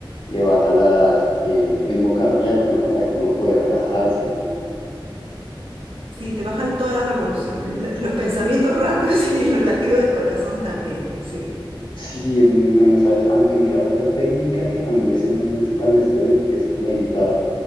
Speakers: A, on the left (about 65°); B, on the right (about 80°).
A: le baja las, el ritmo cardíaco, ¿no? Para que uno pueda relajarse.
B: Sí, te bajan todas las revoluciones, lo- los pensamientos rápidos <laughs> y los latidos del corazón también. Sí,
A: Sí, es muy bueno, ¿sabes? Aunque mira, otra técnica que a mí me sirve mucho para el estrés es meditar.